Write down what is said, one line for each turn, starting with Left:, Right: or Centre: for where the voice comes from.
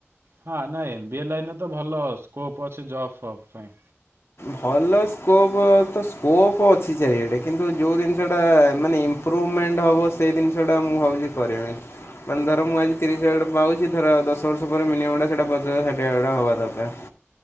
Right: ହଁ ନାଇଁ ଏମ ବି ଏ ଲାଇନ୍ ତ ଭଲ ସ୍କୋପ୍ ଅଛି ଜବ୍ ଫବ୍ ପାଇଁ।
Left: ଭଲ ସ୍କୋପ୍ ତ ସ୍କୋପ୍ ଅଛି ଚାରିଆଡ଼େ କିନ୍ତୁ ଯେଉଁ ଜିନିଷଟା ମାନେ ଇମ୍ପୃବମେଣ୍ଟ ହେବ ସେଇ ଜିନିଷଟା ମୁଁ ଭାବୁଛି କରିବି। ମାନେ ଧର ମୁଁ ଆଜି ତିରିଶ ହଜାରଟା ପାଉଛି ଧର ଦଶ ବର୍ଷ ପରେ ମିନିମମ୍ ସେଟା ପଚାଶ ହଜାର ଷାଠିଏ ହଜାର ହେବା ଦରକାର। <inaudible>